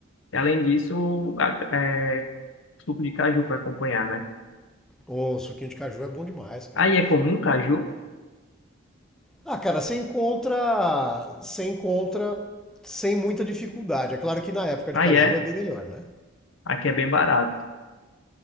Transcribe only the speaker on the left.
E, Além disso, a- é, suco de caju para acompanhar, né?
Aí é comum caju?
Aí
é.
Aqui é bem barato.